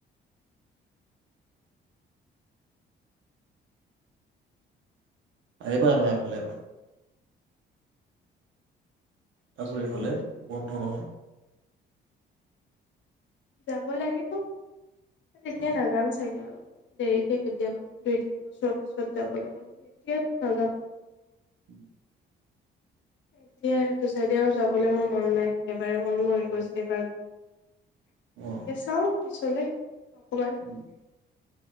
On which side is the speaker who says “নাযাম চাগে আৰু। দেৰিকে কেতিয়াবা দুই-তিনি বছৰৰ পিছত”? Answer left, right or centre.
Left